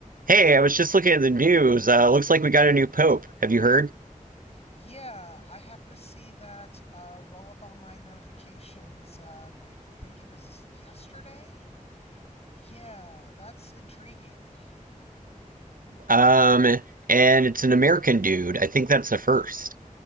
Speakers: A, on the right (about 85°); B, on the left (about 50°).
A: Hey, I was just looking at the news. Uh, looks like we got a new pope. Have you heard?
B: Yeah, I happen to see that uh, roll up on my notifications. Uh, I think it was yesterday. Yeah, that's intriguing.
A: Um, and it's an American dude. I think that's the first.